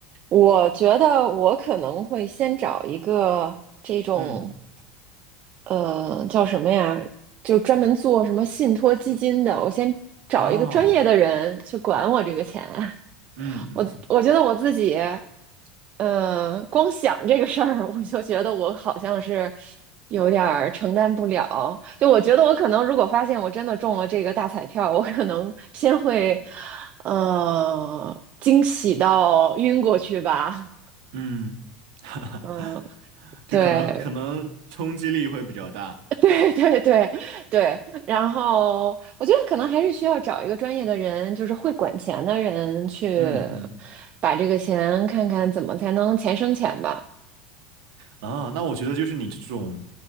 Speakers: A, on the right; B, on the right.
A: 我觉得我可能会先找一个这种，
B: 嗯，
A: 呃，叫什么呀？就专门做什么信托基金的，我先找一个专业的人去管我这个钱。
B: 哦，嗯嗯
A: 我我觉得我自己，嗯，光想这个事儿，我就觉得我好像是有点儿承担不了。就我觉得我可能，如果发现我真的中了这个大彩票，我可能先会，呃，惊喜到晕过去吧。
B: 嗯，<laughs>
A: 嗯，
B: 就可能可能冲击力会比较大。
A: 对，<laughs> 对，对，对，对。然后我觉得可能还是需要找一个专业的人，就是会管钱的人去
B: 嗯嗯。
A: 把这个钱看看怎么才能钱生钱吧。
B: 啊，那我觉得就是你这种